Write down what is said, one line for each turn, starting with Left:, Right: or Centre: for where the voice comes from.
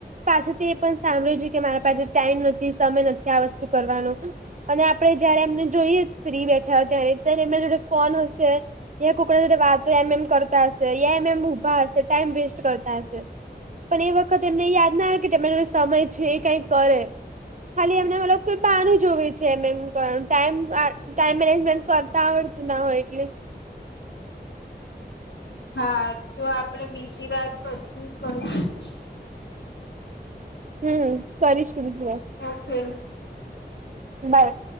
Right: પાસેથી એ પણ સાંભળ્યું છે કે મારા પાસે ટાઈમ નથી સમય નથી આ વસ્તુ કરવાનો. અને આપણે જયારે એમને જોઈએ ફ્રી બેઠા હોય ત્યારે ત્યારે એમના જોડે ફોન છે. યા કોકના જોડ વાતો એમ એમ કરતા હશે એમ એમ ઊભા હશે ટાઈમ વેસ્ટ કરતા હશે. પણ એ વખત એમને યાદ ના આવે કે તેમના જોડે સમય છે કંઈ કરે. ખાલી એમને મતલબ કોઈ પાનું જોવે છે એમ એમ. પણ ટાઈમ ટાઈમ મેનેજમેન્ટ કરતા આવડતું ના હોય એટલે
Left: હા તો આપડે બીજી વાત પછી કરીશું.
Right: હમ્મ કરીશું બીજી વાર.
Left: ઓકે.
Right: બાય.